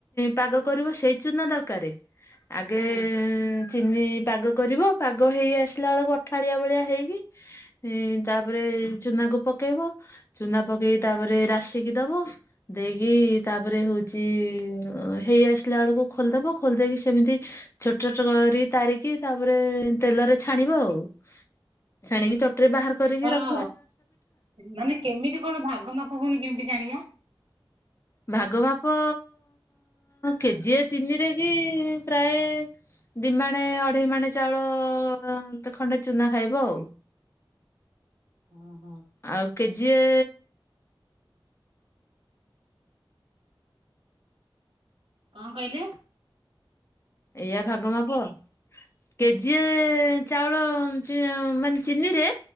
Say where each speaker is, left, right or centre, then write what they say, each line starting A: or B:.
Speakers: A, on the left; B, on the right.
A: ପାଗ କରିବ ସେଇ ଚୁନା ଦରକାର। ଆଗେ
B: ହୁଁ
A: ଏ ଏଁ ପାଗ କରିବ ପାଗ ହେଇ ଆସିଲା ବେଳକୁ ଅଠାଳିଆ ଭଳିଆ ହେଇକି ତା ତାପରେ ଚୁନାକୁ ପକେଇବ ଚୂନା ପକେଇକି ତାପରେ ରାସିକି ଦବ ଦେଇକି ତାପରେ ହଉଛି ହେଇ ଆସିଲା ବେଳକୁ ଖୋଲିଦବ ଖୋଲି ଦେଇକି ସେମିତି ଛୋଟ ଛୋଟ କରି ତାରିକି ତାପରେ ତେଲରେ ଛାଣିବ ଆଉ ଛାଣିକି ରେ ବାହାର କରିକି ରଖ।
B: ହ ମାନେ କେମିତି କଣ ଭାଗ ମାପ ହଉନି କେମିତି ଜାଣିବା?
A: ଭାଗ ମାପ କେଜିଏ ଚିନିରେ କି ପ୍ରାୟ ଦିମାଣେ ଅଢେଇ ମାଣେ ଚାଉଳ ଖଣ୍ଡେ ଚୂନା ଖାଇବ ଆଉ
B: ଓହୋ
A: ଆଉ କେ ଯିଏ।
B: କଣ କହିଲେ?
A: ଏଇଆ ଭାଗ ମାପ କେଜି ଚାଉଳ ମାନେ ଚିନିରେ